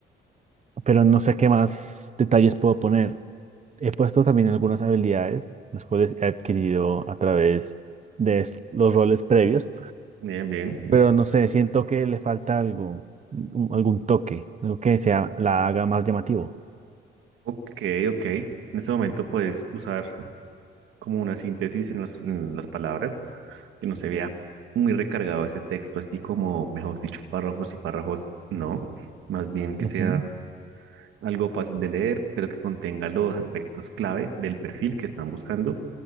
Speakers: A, on the right; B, on the right.
A: pero no sé qué más detalles puedo poner. He puesto también algunas habilidades, las cuales he adquirido a través de es- los roles previos,
B: Bien, bien.
A: pero no sé, siento que le falta algo, un- algún toque, algo que sea, la haga más llamativo.
B: Ok, ok. En este momento puedes usar como una síntesis en las, en las palabras, que no se vea muy recargado ese texto, así como, mejor dicho, párrafos y párrafos, no. Más bien que
A: Ujú.
B: sea algo fácil de leer, pero que contenga los aspectos clave del perfil que están buscando,